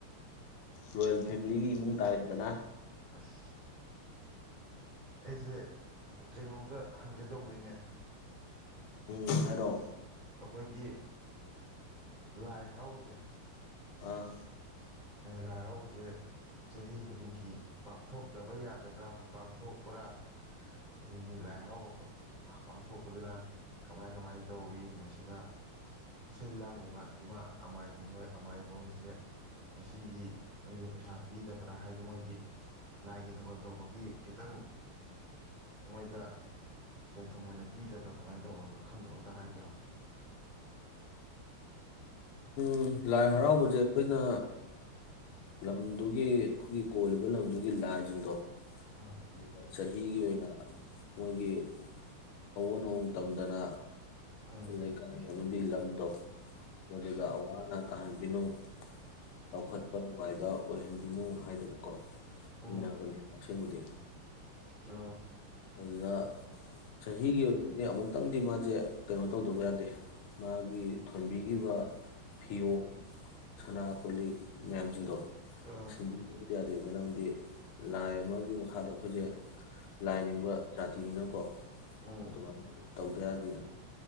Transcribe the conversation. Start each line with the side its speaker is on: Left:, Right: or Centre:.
Left: ꯔꯣꯌꯦꯜ ꯐꯦꯃꯤꯂꯤꯒꯤ ꯏꯃꯨꯡ ꯇꯥꯔꯦꯗꯅ
Right: ꯑꯁ ꯑꯩꯁꯦ ꯀꯩꯅꯣꯝꯇ ꯍꯪꯒꯦ ꯇꯧꯕꯅꯤꯅꯦ
Left: ꯎꯝ ꯍꯥꯏꯔꯣ
Right: ꯑꯩꯈꯣꯏꯒꯤ ꯂꯥꯏ ꯍꯔꯥꯎꯕꯁꯦ
Left: ꯑꯥ
Right: ꯂꯥꯏ ꯍꯔꯥꯎꯕꯁꯦ ꯆꯍꯤ ꯈꯨꯗꯤꯡꯒꯤ ꯄꯥꯡꯊꯣꯛꯇꯕ ꯌꯥꯗꯕ꯭ꯔꯥ ꯄꯥꯡꯊꯣꯛꯄ꯭ꯔꯥ ꯍꯥꯏꯗꯤ ꯂꯥꯏ ꯍꯔꯥꯎꯕ ꯄꯥꯡꯊꯣꯛꯄꯗꯨꯅ ꯀꯃꯥꯏ ꯀꯃꯥꯏꯅ ꯇꯧꯏ ꯃꯁꯤꯗ ꯁꯤꯜ ꯂꯥꯡꯂꯤꯕ ꯏꯃꯥ ꯑꯃꯥꯏꯕꯤ ꯍꯣꯏ ꯑꯃꯥꯏꯕ ꯍꯣꯏꯁꯦ ꯃꯁꯤꯒꯤ ꯃꯣꯏꯁꯦ ꯄꯩꯁꯥ ꯄꯤꯗꯕ꯭ꯔꯥ ꯍꯥꯏꯗꯤ ꯃꯣꯏꯒꯤ ꯂꯥꯏꯒꯤ ꯊꯧꯒꯟ ꯇꯧꯕꯒꯤ ꯈꯤꯇꯪ ꯃꯣꯏꯗ ꯁꯦꯟ ꯊꯨꯝ ꯑꯣꯏꯅ ꯄꯤꯗꯕ꯭ꯔꯥ ꯀꯃꯥꯏꯅ ꯇꯧꯕꯅꯣ ꯑꯝꯗ ꯈꯪꯗꯕ ꯑꯝꯇ ꯍꯥꯏꯒꯦꯔꯣ
Left: ꯎꯝ ꯂꯥꯏ ꯍꯔꯥꯎꯕꯁꯦ ꯑꯩꯈꯣꯏꯅ ꯂꯝꯗꯨꯒꯤ ꯑꯩꯈꯣꯏꯒꯤ ꯀꯣꯜꯂꯤꯕ ꯂꯝꯗꯨꯒꯤ ꯂꯥꯏꯁꯤꯡꯗꯣ
Right: ꯑꯥ
Left: ꯑꯗꯨꯒ ꯆꯍꯤꯒꯤ ꯑꯣꯏꯅ ꯃꯣꯏꯒꯤ ꯑꯋꯣꯟ ꯑꯍꯣꯡ ꯇꯝꯗꯅ
Right: ꯎꯝ
Left: ꯂꯩꯀꯥꯢ ꯑꯃꯗꯤ ꯂꯝꯗꯣ ꯃꯗꯨꯒ ꯑꯋꯥ ꯑꯅꯥ ꯇꯥꯍꯟꯕꯤꯅꯨ ꯆꯥꯎꯈꯠꯄ ꯅꯨꯡꯉꯥꯏꯕ ꯑꯣꯏꯍꯟꯕꯤꯅꯨ ꯍꯥꯏꯗꯅꯀꯣ
Right: ꯎꯝ
Left: ꯅꯤꯅꯕꯅꯦ ꯁꯦꯡꯕꯗꯤ
Right: ꯑ
Left: ꯑꯗꯨꯗ ꯆꯍꯤꯒꯤ ꯑꯣꯏꯅꯗꯤ ꯑꯃꯨꯛꯇꯪꯗꯤ ꯃꯥꯁꯦ ꯀꯩꯅꯣ ꯇꯧꯗꯕ ꯌꯥꯗꯦ ꯃꯥꯒꯤ ꯊꯣꯟꯕꯤꯈꯤꯕ ꯐꯤ ꯑꯣꯡ ꯁꯅꯥ ꯀꯣꯂꯤꯛ ꯃꯌꯥꯝꯁꯤꯡꯗꯣ
Right: ꯑ
Left: ꯁꯤꯟꯕꯤꯗꯕꯗꯤ ꯌꯥꯗꯦ ꯃꯔꯝꯗꯤ ꯂꯥꯏ ꯑꯃꯒꯤ ꯃꯈꯥꯗ ꯑꯩꯈꯣꯏꯁꯦ ꯂꯥꯏ ꯅꯤꯡ ꯖꯥꯇꯤꯅꯤꯅꯀꯣ
Right: ꯎꯡ
Left: ꯑꯗꯨꯃꯥꯏꯅ ꯇꯧꯗ ꯌꯥꯗꯦꯅ